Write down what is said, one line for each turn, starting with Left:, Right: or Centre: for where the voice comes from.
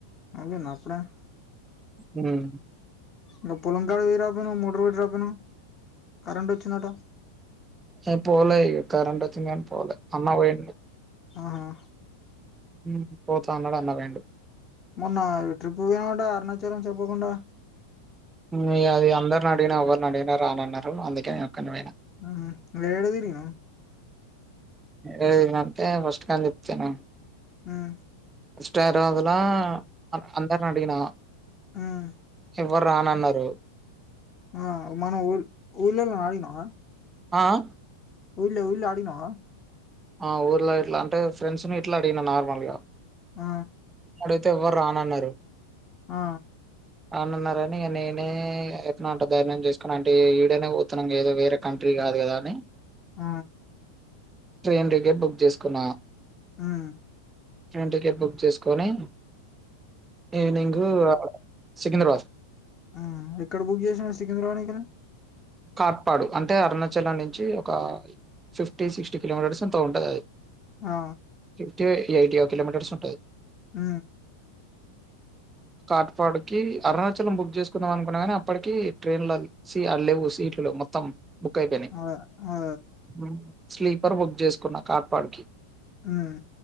Left: ఐపోయిందా అప్పుడే
Right: ఉమ్
Left: నువ్ పొలం కాడ్ కి పోయిరాపెయినవ్ మోటర్ పెట్టి రాపెయినవ్ కరంట్ వచ్చినదట
Right: హే పోలే ఇగ్ కరంట్ వచ్చింద్ గన్ పోలే అన్న బోయిండ్
Left: ఆహా
Right: ఉమ్ పోతా అన్నడు అన్న పెయిండు
Left: మొన్న ట్రిప్ క్ పోనవట అరుణాచలం చెప్పకుండా
Right: ఉమ్ ఇగ అది అందర్ ని అడిగిన ఎవర్ నీ అడిగిన రానన్నరు అందుకే నేన్ ఒక్కని పెయిన
Left: ఉహ్ నువ్ యెడ దిరిగినవ్
Right: ఏడ దిర్ గిన అంటే ఫస్ట్ కానుంచి చెప్త్ ఇను
Left: ఉమ్
Right: ఇష్ట రోజ్ లా అంద్ అందర్ నీ అడిగిన
Left: ఉమ్
Right: ఎవర్ రానన్నరు
Left: ఆ మన ఉళ్ ఉఊళ్ళో అడినవా
Right: ఆ ఆ
Left: ఉళ్ళే ఊళ్ళే అడిగినవ
Right: ఆ ఊర్లో ఇట్లా అంటే ఫ్రెండ్స్ ను ఇట్లా అడిగిన నార్మల్ గా
Left: ఆ
Right: అడుగితే ఎవర్ రానన్నరు
Left: ఆ
Right: రానన్నరని నేనే ఎట్ నో అట ధైర్యం చేసుకొని అంటే ఈడేనే పోతనం ఏదో వేరే కంట్రీ గాదు గదా అని
Left: ఆ
Right: ట్రేన్ టికెట్ బుక్ జెష్ కున్నా
Left: ఉమ్
Right: ట్రేన్ టికెట్ బుక్ చేస్ కొని ఈవ్ నింగ్ ఉ సికింద్రాబాద్
Left: అ ఎక్కడ్ బుక్ జెస్ నవ్ సికింద్రబానీకా
Right: కాట్ పాడు అంటే అరుణాచలం నుంచి ఒక ఫిఫ్టీ శిక్టీ కిలోమీటర్స్ ఎంతో ఉంటదది
Left: ఆ
Right: ఫిఫ్ టియో ఎయిటియో కిలోమీటర్స్ ఉంటది
Left: ఉ
Right: కాట్ పాడ్ కి అరుణాచలం బుక్ చేసుకుందాం అనుకున్నా కానీ అప్పటికి ట్రేన్ లా చి ఆలేవుస్ సీట్లు లెవ్ మొత్తం బుక్ అయిపెనయి
Left: ఆ ఆ
Right: ఉమ్ స్లీపర్ బుక్ జెస్ కున్న కాట్ పాడుకి
Left: ఉమ్